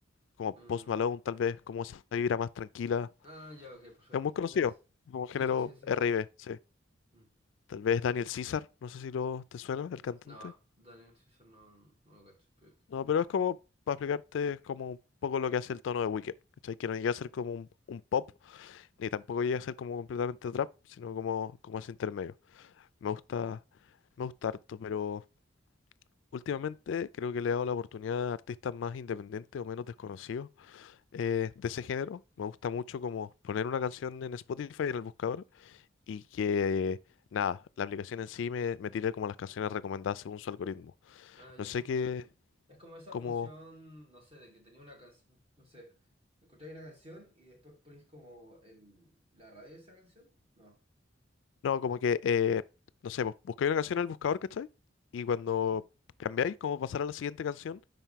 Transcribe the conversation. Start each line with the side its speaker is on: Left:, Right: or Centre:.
Left: como
Right: Mm,
Left: Post Malone tal vez, como esa vibra más tranquila,
Right: ah, ya, ok, perfecto.
Left: es muy conocido,
Right: Ya. es-
Left: como género
Right: Sí, sí, sí, sí.
Left: R&B, sí.
Right: Mm,
Left: Tal vez Daniel César, no sé si lo, te suena, el
Right: No,
Left: cantante.
Right: no, Daniel Caesar no, no lo cacho, pero es que
Left: No,
Right: escucho.
Left: pero es como, para explicarte, es como un poco lo que hace el tono de Weekend, ¿cachai? Que no llega a ser como un, un pop, ni tampoco llega a ser como completamente trap, sino como, como ese intermedio. Me gusta, me gusta harto, pero últimamente creo que le he dado la oportunidad a artistas más independientes o menos desconocidos eh, de ese género. Me gusta mucho como poner una canción en Spotify, en el buscador, y que, nada, la aplicación en sí me, me tire como las canciones recomendadas según su algoritmo.
Right: Ah, ya
Left: No sé
Right: sí, perfecto.
Left: qué,
Right: Es como esa
Left: como,
Right: función, no sé, de que tenía una canción, no sé, encontráis una canción y después ponéis como el, la radio de esa canción. No,
Left: no, como que, eh, no sé, pues, buscáis una canción en el buscador, ¿cachai? Y cuando
Right: ¿yo?
Left: cambiáis, como pasar a la siguiente canción,